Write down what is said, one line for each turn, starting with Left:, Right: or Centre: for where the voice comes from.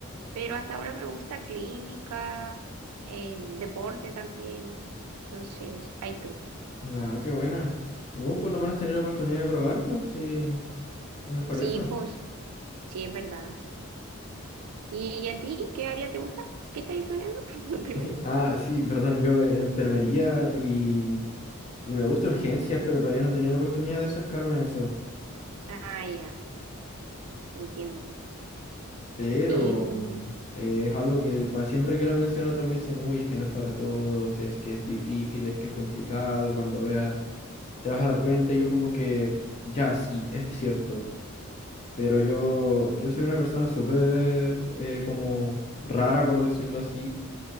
Right: pero hasta ahora me gusta clínica, eh, deporte también, entonces ahí estoy.
Left: Nada, qué buena. Uh, por lo menos tener la oportunidad de probar, pues sí, mejor
Right: Sí,
Left: eso.
Right: pues sí es verdad. ¿Y a ti qué área te gusta? ¿Qué estás estudiando? <laughs> Primero.
Left: <laughs> Ah, sí, perdón, yo eh, enfermería y, y me gusta urgencias, pero todavía no he tenido la oportunidad de acercarme a eso.
Right: Ah, ya, entiendo.
Left: Pero
Right: Y mm,
Left: eh, es algo que para siempre que lo menciono todos me dicen, uy, es que no es para todos, es que es difícil, es que es complicado, cuando veas te vas a dar cuenta, y yo como que, ya, sí, es cierto, pero yo, yo soy una persona súper eh, como rara, por decirlo así,